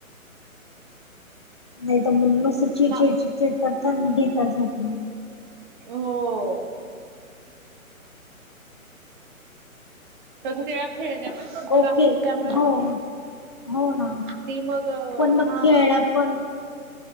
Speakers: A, on the left; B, on the right.
A: नाही तर मुलंत चिडछेड
B: म
A: चिडचिड करतात मग घेतात झोपून
B: हो तस तेला खेळण्या पण मजबूर
A: ओके
B: आहेत त्यामुळे
A: हो
B: मग
A: हो ना
B: ती मग अ,
A: पण मग
B: हा
A: खेळला पण